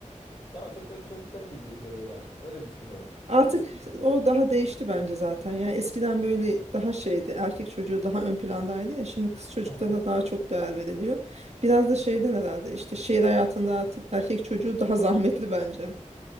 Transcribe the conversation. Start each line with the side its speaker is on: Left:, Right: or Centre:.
Left: Daha çok böyle çocukları gibi görüyorlar. Öyle düşünüyorum.
Right: Artık o daha değişti bence zaten. Yani eskiden böyle daha şeydi. Erkek çocuğu daha ön plandaydı ya. Şimdi kız çocuklarına
Left: Hı hı.
Right: daha çok değer veriliyor. Biraz da şeyden herhalde işte şehir hayatında artık erkek çocuğu daha zahmetli bence.